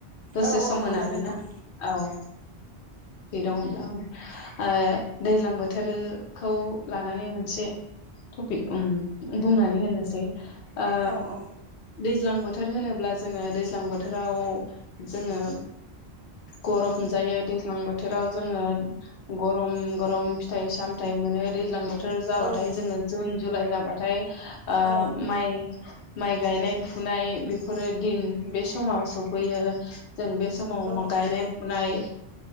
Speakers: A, on the left; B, on the right.
A: दसे
B: औ औ
A: सम होनो हागोन
B: नोंथां
A: ना औ दङब्ला ओ दैज्लां बोथोरखौ लानानै मोनसे टपिक बुंनानै होनोसै ओ
B: औ औ
A: दैज्लां बोथोर होनोब्ला जोङो दैज्लां बो बोथोराव जोङो गरम जायो दैज्लां बोथोराव जोङो गरम गरम फिथाइ सामथाइ मोनो दैज्लां बो बोथोर जाबाथाय
B: औ
A: जोङो जुन जुलाइ जाबाथाय ओ
B: औ
A: माइ माइ गायनाय फुनाय बेफोरो दिन बे समाव सफैयो। जों बे समाव
B: औ
A: गायनाय फुनाय